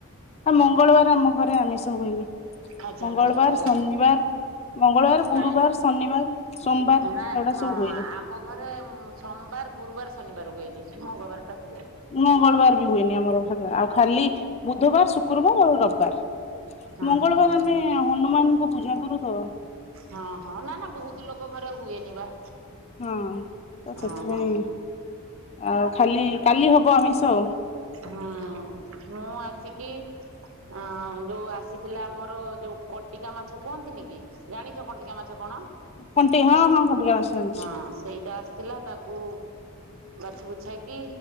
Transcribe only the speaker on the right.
ଆଚ୍ଛା
ଆଚ୍ଛା ହଉ
ନାଇଁ
ନା
ହଁ
ଆମ ଘରେ ମ ସୋମବାର ଗୁରୁବାର ଶନିବାର ହୁଏନି ମଙ୍ଗଳବାର ଟା ହୁଏ।
ହଁ
ହଁ।
ହଁ ହଁ ନା ନା ବହୁତ ଲୋକ ଘରେ ହୁଏନି ବା।
ଓହୋ।
ହଁ ମୁଁ ଆସିକି ହଁ ଯୋଉ ଆସି ଥିଲା ଆମର ଯୋଉ କଟିକା ମାଛ କୁହନ୍ତିନି କି ଜାଣିଛ କଟିକା ମାଛ କଣ
ହଁ ସେଇଟା ଆସିଥିଲା ତା କୁ ବାଛି ବୁଛାକି